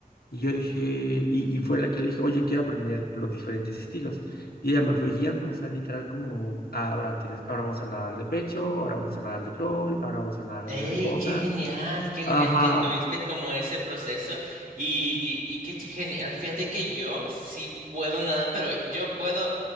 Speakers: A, on the left (about 80°); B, on the right (about 65°).
A: Y yo dije, y, y fue la que le dije, oye, quiero aprender los diferentes estilos. Y ella me fue guiando, o sea, literal como, "Ah, ahora tienes, ahora vamos a nadar de pecho, ahora vamos a nadar de crawl, ahora vamos a nadar
B: ¡Ey,
A: de mariposa.
B: qué genial! ¡Qué genial
A: Ajá.
B: que tuviste como ese proceso! Y, y qué ch- genial. Fíjate que yo sí puedo nada, pero yo puedo